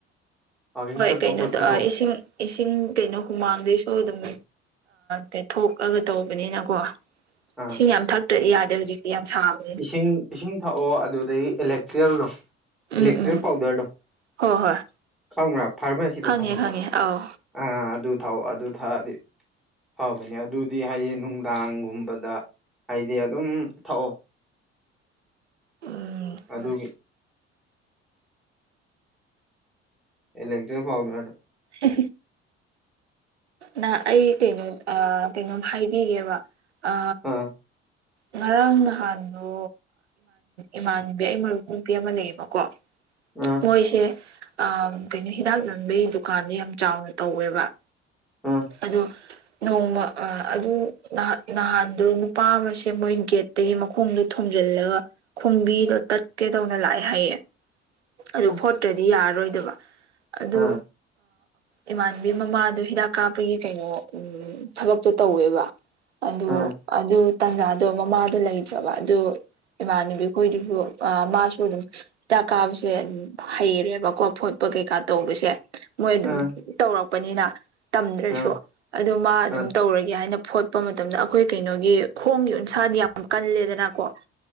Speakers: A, in the centre; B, on the right.
A: ꯋꯥꯛꯀꯤꯡ
B: ꯍꯣꯏ
A: ꯆꯠꯄ
B: ꯀꯩꯅꯣ
A: ꯈꯣꯠꯄ
B: ꯇꯧ
A: ꯇꯧꯕ
B: ꯏꯁꯤꯡ ꯏꯁꯤꯡ ꯀꯩꯅꯣ ꯍꯨꯃꯥꯡꯗꯩꯁꯨ ꯑꯗꯨꯝ ꯀꯩꯊꯣꯛꯂꯒ ꯇꯧꯕꯅꯤꯅꯀꯣ
A: ꯑꯥ
B: ꯏꯁꯤꯡ ꯌꯥꯝ ꯊꯛꯇ꯭ꯔꯗꯤ ꯌꯥꯗꯦ ꯍꯧꯖꯤꯛꯇꯤ ꯌꯥꯝ ꯁꯥꯕ
A: ꯏꯁꯤꯡ ꯏꯁꯤꯡ ꯊꯛꯑꯣ ꯑꯗꯨꯗꯒꯤ ꯑꯦꯂꯦꯛꯀꯦꯜꯗꯣ ꯏꯂꯦꯛꯇ꯭ꯔꯤꯛ
B: ꯎꯝ ꯎꯝ
A: ꯄꯥꯎꯗꯔꯗꯣ
B: ꯍꯣꯏ ꯍꯣꯏ
A: ꯈꯪꯕ꯭ꯔꯥ ꯐꯥꯔꯃꯥꯁꯤꯗ
B: ꯈꯪꯉꯦ
A: ꯐꯪꯕꯗꯣ
B: ꯈꯪꯉꯦ ꯑꯧ
A: ꯑ ꯑꯗꯨ ꯊꯛꯑꯣ ꯑꯗꯨ ꯊꯛꯑꯗꯤ ꯐꯕꯅꯦ ꯑꯗꯨꯗꯤ ꯍꯥꯏꯗꯤ ꯅꯨꯡꯗꯥꯡꯒꯨꯝꯕꯗ ꯍꯥꯏꯗꯤ ꯑꯗꯨꯝ ꯊꯛꯑꯣ
B: ꯎꯝ ꯍꯣꯏ
A: ꯑꯗꯨꯒꯤ ꯏꯂꯛꯇ꯭ꯔꯤꯦꯜ ꯐꯥꯎꯗꯣꯣ
B: ꯎ ꯅ ꯑꯩ ꯀꯩꯅꯣ ꯀꯩꯅꯣꯝ ꯍꯥꯏꯕꯤꯒꯦꯕ ꯑ
A: ꯑꯥ
B: ꯉꯔꯥꯡ ꯅꯍꯥꯟꯗꯣ ꯏꯃꯥꯟꯅꯕꯤ ꯑꯩ ꯃꯔꯨꯞ ꯅꯨꯄꯤ ꯑꯃ ꯂꯩꯌꯦꯕꯀꯣ
A: ꯑ
B: ꯃꯣꯏꯁꯦ ꯑ ꯀꯩꯅꯣ ꯍꯤꯗꯥꯛ ꯂꯟꯕꯒꯤ ꯗꯨꯀꯥꯟꯁ ꯌꯥꯝ ꯆꯥꯎꯅ ꯇꯧꯋꯦꯕ
A: ꯑ
B: ꯑꯗꯣ ꯅꯣꯡꯃ ꯑꯗꯨ ꯅꯍꯥꯟꯗ ꯅꯨꯄꯥ ꯑꯃꯁꯦ ꯃꯣꯏ ꯒꯦꯠ ꯑꯒꯤ ꯃꯈꯣꯡꯗꯣ ꯊꯣꯝꯖꯤꯜꯂꯒ ꯈꯣꯡꯕꯤꯗꯣ ꯇꯠꯀꯦꯗꯧꯅ ꯂꯥꯛꯑꯦ ꯍꯥꯏꯌꯦ ꯑꯗꯨ
A: ꯑꯁ
B: ꯐꯣꯇ ꯌꯥꯔꯔꯣꯏꯗꯕ ꯑꯗꯨ
A: ꯑꯥ
B: ꯏꯃꯥꯟꯕꯤ ꯃꯃꯥꯗ ꯍꯤꯗ ꯀꯥꯞꯄꯒꯤ ꯀꯩꯅꯣ ꯊꯕꯛꯇꯣ ꯇꯧꯋꯦꯕ ꯑꯗꯣ
A: ꯑꯥ
B: ꯑꯗꯨ ꯇꯥꯟꯖꯥꯗꯣ ꯃꯃꯥꯗꯣ ꯂꯩꯇ꯭ꯔꯕ ꯑꯗꯨ ꯏꯃꯥꯟꯅꯕꯤ ꯑꯩꯈꯣꯏꯗꯨꯁꯨ ꯃꯥꯁꯨ ꯑꯗꯨꯝ ꯍꯤꯗꯥꯛ ꯀꯥꯕꯁꯦ ꯑꯗꯨꯝ ꯍꯩꯔꯦꯕꯀꯣ ꯐꯣꯠꯄ ꯀꯩꯀꯥ ꯇꯧꯕꯁꯦ ꯃꯣꯏ ꯑꯗꯨꯝ
A: ꯑꯥ
B: ꯇꯧꯔꯛꯄꯅꯤꯅ ꯇꯝꯗ꯭ꯔꯁꯨ
A: ꯑꯥ
B: ꯑꯗꯨ ꯃꯥ ꯑꯗꯨꯝ
A: ꯑꯥ
B: ꯇꯧꯔꯒꯦ ꯍꯥꯏꯅ ꯐꯣꯠ ꯀꯠꯄ ꯃꯇꯝꯗ ꯑꯩꯈꯣꯏ ꯀꯩꯅꯣꯒꯤ ꯈꯣꯡꯒꯤ ꯎꯟꯁꯥꯗꯤ ꯌꯥꯝ ꯀꯜꯂꯦꯗꯅꯀꯣ